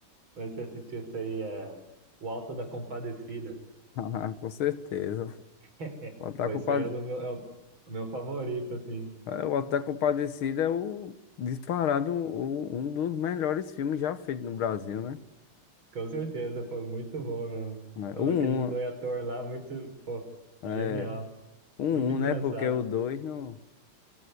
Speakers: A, on the right; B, on the left.
A: mas você assistiu isso aí, é O Alto da Compadecida.
B: <laughs> Com certeza.
A: <laughs>
B: Pode estar
A: Foi
B: culpado
A: isso aí é o meu, é o o meu favorito, assim.
B: Ah, O Auto da Compadecida é o disparado o- um dos melhores filmes já feitos no Brasil, né?
A: Com certeza, foi muito bom mesmo.
B: É,
A: Então,
B: O um,
A: Aqueles dois atores lá, muito, pô,
B: é,
A: genial.
B: o um,
A: Muito engraçado.
B: né? Porque o dois não,